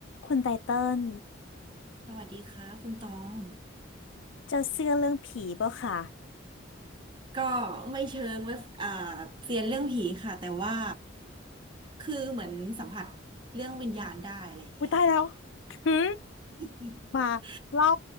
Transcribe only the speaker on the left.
คุณไตเติ้ล
เจ้าเชื่อเรื่องผีป่ะคะ
อุ้ยตายแล้วคือ
มาเล่า